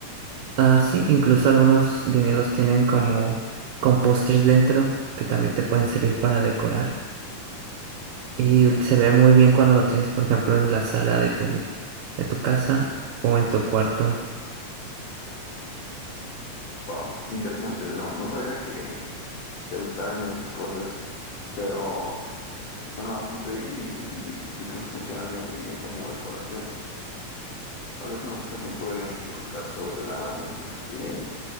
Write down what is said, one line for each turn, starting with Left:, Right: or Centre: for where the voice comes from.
Right: Ah, sí, incluso algunos vinilos tienen como con pósters dentro que también te pueden servir para decorar. Y se ve muy bien cuando lo tienes, por ejemplo, en la sala de tu, de tu casa o en tu cuarto.
Left: Wow, qué interesante, no, no sabía que te gustaran esas cosas, pero... Suena bastante bien y, y incluso funcionaría muy bien como decoración. Tal vez en otra ocasión podríamos platicar sobre la música que,